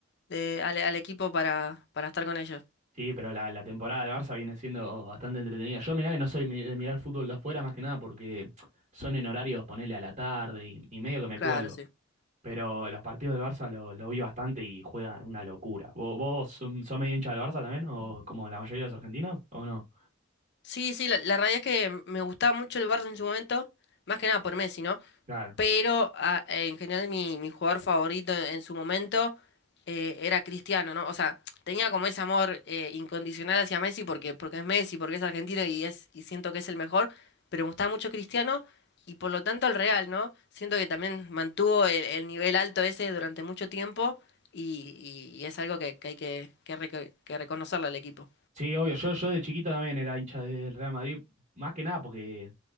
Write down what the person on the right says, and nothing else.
Sí, pero la, la temporada del Barça viene siendo bastante entretenida. Yo mirá que no soy mi- de mirar fútbol de afuera más que nada porque son en horarios, ponele a la tarde y, y medio que me
cuelgo.
Pero los partidos del Barça lo, lo vi bastante y juega una locura. ¿Vos, vos son- sos medio hincha del Barça también? ¿O como la mayoría de los argentinos? ¿O no?
Claro.
Sí, obvio. Yo, yo de chiquito también era hincha del Real Madrid. Más que nada porque,